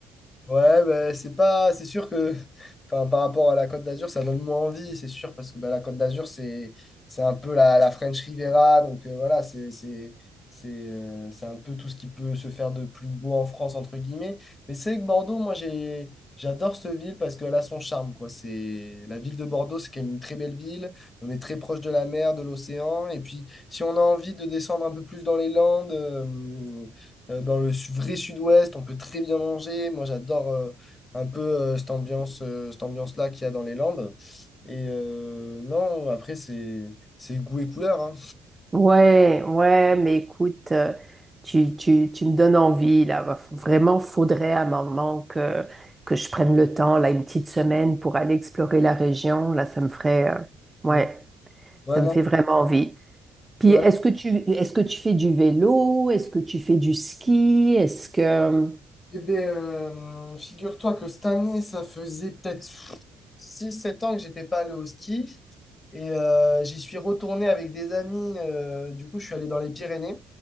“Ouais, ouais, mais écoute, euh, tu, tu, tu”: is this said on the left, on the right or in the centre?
Right